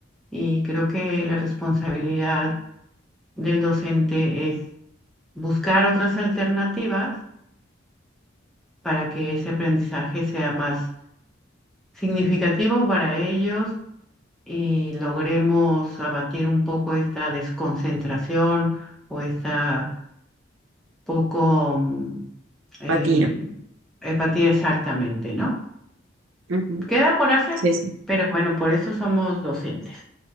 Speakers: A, in the centre; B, on the right (about 85°).
A: y creo que la responsabilidad del docente es buscar otras alternativas para que ese aprendizaje sea más significativo para ellos y logremos abatir un poco esta desconcentración o esta poco mm, eh,
B: Patina.
A: empatía exactamente, ¿no?
B: Ujú,
A: Queda por hacer,
B: Sí, sí.
A: pero bueno, por eso somos docentes.